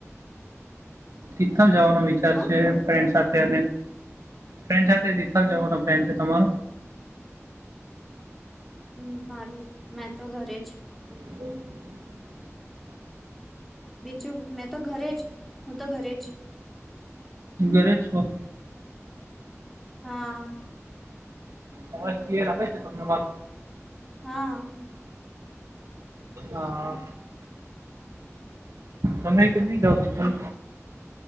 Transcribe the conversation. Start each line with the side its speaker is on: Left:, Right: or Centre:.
Right: તિથલ જવાનો વિચાર
Centre: હા
Right: છે ફન્ સાથે ફન્ડ સાથે તિથલ જવાનો પ્લાન છે તમારો
Centre: હમ મારું મેં તો ઘરે જ
Right: હ
Centre: બીજું મેં તો ઘરે જ હું તો ઘરે જ
Right: ઘરે છો
Centre: હા
Right: અવાજ ક રાખે છે તમને બાપ
Centre: હા
Right: હા તમે કે નહી જાવતીાલ